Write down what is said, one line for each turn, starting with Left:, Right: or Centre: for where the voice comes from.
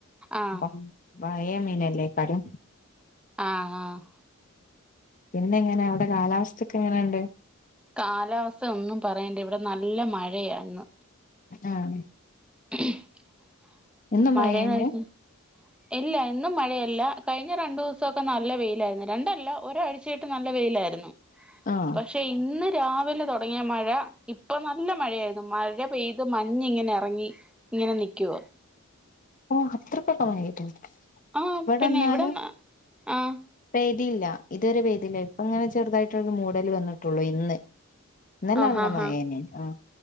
Centre: ആഹ്
Left: അപ്പം പയേ മീനല്ലേക്കാരം
Centre: ആഹ് ആഹ്
Left: പിന്നെങ്ങെനെ അവിടെ കാലാവസ്ഥാെക്കെങ്ങെനെണ്ട്
Centre: കാലാവസ്ഥ ഒന്നും പറയണ്ട ഇവിടെ നല്ല മഴയാര്ന്ന്
Left: ആഹ്
Centre: <unintelligible>
Left: എന്നും
Centre: മഴയെന്ന്
Left: മയേന്നെ
Centre: വെച്ച ഇല്ല എന്നും മഴയല്ല കഴിഞ്ഞ രണ്ടൂസാെക്കെ നല്ല വെയ്ലാര്ന്നു രണ്ടല്ല ഒരാഴ്ച് ക്കേയ്ട്ട് നല്ല വെയ്ലാര്ന്നു
Left: ആഹ്
Centre: പഷ് ഷേ ഇന്ന് രാവിലെ തൊടങ്ങിയ മഴ ഇപ്പൊ നല്ല മഴയാര്ന്നു മഴ പെയ്ത് മഞ്ഞിങ്ങെനെ എറെങ്ങി ഇങ്ങെനെ നിയ്ക്കുവാ
Left: ഓഹ് അത്രക്കൊക്കെ മഴെയ്തോ
Centre: ആഹ്
Left: വെടെന്നാല്
Centre: പിന്നെ ഇവിടെ ആഹ്
Left: പെയ്തീല്ലാ ഇതുവരെ പെയ്തില്ല ഇപ്പാെങ്ങെനെ ചെർതായിട്ടൊന്നു മൂടല് വെന്ന്ട്ടൊള്ളു ഇന്ന് ഇന്നെലെ
Centre: ആഹ്
Left: നല്ല
Centre: ആഹ്
Left: മയേനി
Centre: ആഹ്
Left: ആഹ്